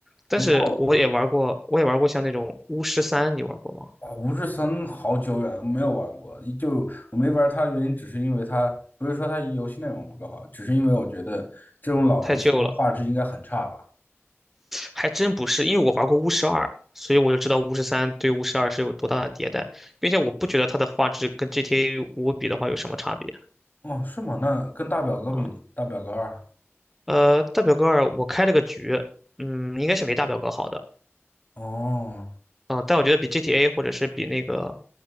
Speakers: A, in the centre; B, on the left.
A: 但是我也玩过，
B: 不过，
A: 我也玩过像那种巫师三，你玩过吗？
B: 啊，五指神好久远没有玩过，就我没玩它的原因，只是因为它不是说它游戏内容不够好，只是因为我觉得这种老游戏它画质应该很差吧？
A: 太旧了，还真不是，因为我玩过巫师二，所以我就知道巫师三对巫师二是有多大的迭代，并且我不觉得它的画质跟 GTA 五比的话有什么差别。
B: 哦，是吗？那跟大表哥比呢？
A: 啊，
B: 大表哥二，
A: 呃，大表哥二我开了个局，嗯，应该是没大表哥好的，
B: 哦，
A: 啊，但我觉得比 GTA 或者是比那个